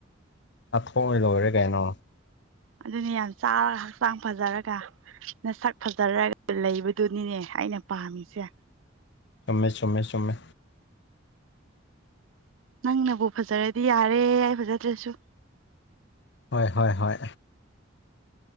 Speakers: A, on the left; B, on the right.
A: ꯑꯊꯣꯛꯉꯗ ꯑꯣꯏꯔꯦ ꯀꯩꯅꯣ
B: ꯑꯗꯨꯅꯤ ꯌꯥꯝ ꯆꯥꯔ ꯍꯛꯆꯥꯡ ꯐꯖꯔꯒ ꯅ ꯁꯛ ꯐꯖꯔꯒ ꯂꯩꯕꯗꯨꯅꯤꯅꯦ ꯑꯩꯅ ꯄꯥꯝꯃꯤꯁꯦ
A: ꯆꯨꯝꯃꯦ ꯆꯨꯝꯃꯦ ꯆꯨꯝꯃꯦ
B: ꯅꯪꯅꯕꯨ ꯐꯖꯔꯗꯤ ꯌꯥꯔꯦ ꯑꯩ ꯐꯖꯗ꯭ꯔꯁꯨ
A: ꯍꯣꯏ ꯍꯣꯏ ꯍꯣꯏ